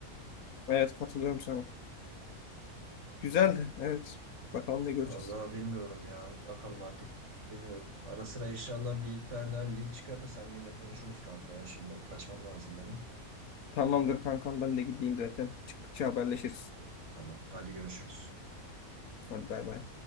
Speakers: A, on the left; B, on the right.
A: Evet katılıyorum sana. Güzeldi evet. Bakalım ne göreceğiz.
B: Vallahi bilmiyorum ya. Bakalım artık. Bilmiyorum. Ara sıra inşallah bir iki tane daha lig çıkar da seninle yine konuşuruz kanka ya. Şimdi kaçmam lazım benim.
A: Tamamdır kankam ben de gideyim zaten. Çıktıkça haberleşiriz.
B: Tamam. Hadi görüşürüz.
A: Hadi bay bay.